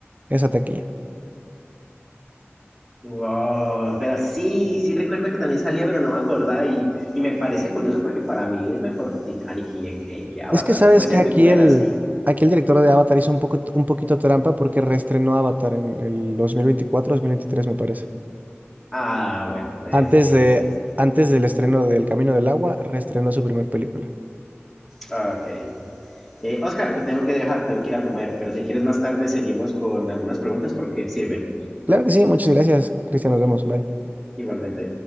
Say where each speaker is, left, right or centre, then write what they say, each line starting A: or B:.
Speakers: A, on the right; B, in the centre.
A: esa taquilla.
B: wow, pero sí, sí recuerdo que también salía, pero no me acordaba y, y me parece curioso porque para mí es mejor Titanic y Endgame que Avatar.
A: Es que sabes
B: Pues
A: que
B: es
A: aquí
B: muy buena,
A: el,
B: sí.
A: aquí el director de Avatar hizo un poco, un poquito trampa porque reestrenó Avatar en el 2024, 2023 me parece.
B: Ah, bueno, en,
A: Antes
B: en
A: de,
B: ese.
A: antes del estreno del Camino del Agua, reestrenó su primer película.
B: Ah, Ok. Eh, Oscar, te tengo que dejar, tengo que ir a comer, pero si quieres más tarde seguimos con algunas preguntas porque sirven.
A: Claro que sí, muchas gracias, Cristian, nos vemos, bye.
B: Igualmente.